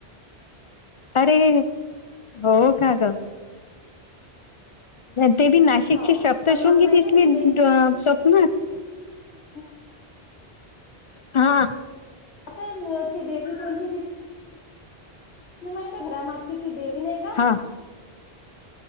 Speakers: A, on the left; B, on the left.
A: अरे, हो का ग? ते बी नाशिकची
B: हो
A: सप्तशृंगी
B: पण मला माहितय
A: दिसली
B: ती
A: स्वप्ननात
B: हो <inaudible>
A: हा.
B: आता ती देवी कोणती? ती नाही का घरा मागची ती देवी नाही का?
A: हा